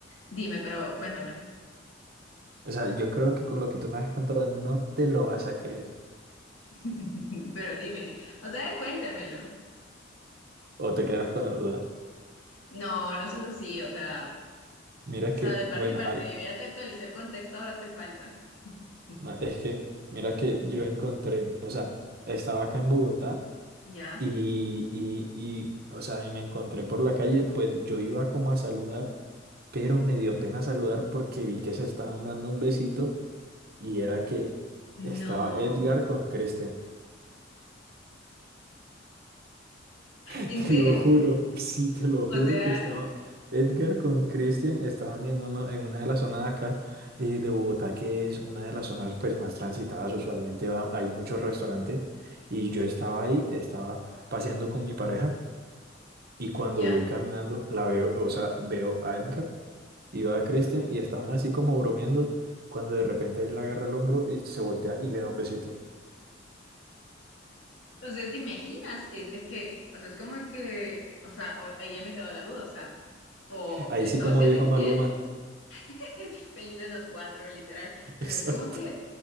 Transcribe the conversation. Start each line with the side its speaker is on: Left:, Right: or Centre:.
Left: dime, pero cuéntame,
Right: O sea, yo creo que con lo que tú me has contado no te lo vas a creer
Left: <laughs> pero dime, di- o sea, cuéntamelo.
Right: o te quedas con la duda.
Left: No, no seas así, o sea,
Right: Mira
Left: o
Right: que,
Left: sea, de parte
Right: bueno,
Left: y parte,
Right: al-
Left: yo ya te actualicé el contexto, ahora te falta. <laughs>
Right: no, es que, mira que yo encontré, o sea, estaba acá en Bogotá
Left: ¿Ya?
Right: y, y, y, o sea, y me encontré por la calle, pues yo iba como a saludar pero me dio pena saludar porque vi que se estaban dando un besito Y era que estaba
Left: No,
Right: Edgar con Christian. <laughs>
Left: ¿en
Right: Te
Left: serio?
Right: lo juro, sí, te lo
Left: O
Right: juro
Left: sea,
Right: que estaba Edgar con Christian. Estaban en, uno, en una de las zonas de acá eh, de Bogotá, que es una de las zonas pues, más transitadas. Usualmente va- hay muchos restaurantes. Y yo estaba ahí, estaba paseando con mi pareja. Y cuando
Left: ya,
Right: voy caminando, la veo, o sea, veo a Edgar y veo a Christian y estaban así como bromeando. Cuando de repente él agarra el hombro y se voltea y le da un besito.
Left: o sea, ¿te imaginas? Es, es que, o sea, es como que, o sea, o- ahí ya me quedó la duda, o sea, o
Right: Ahí
Left: le
Right: sí,
Left: estaba
Right: como
Left: siendo
Right: dijo
Left: infiel,
Right: Maloma.
Left: <laughs> felices los cuatro, literal,
Right: <laughs>
Left: pero
Right: Exacto.
Left: es como que,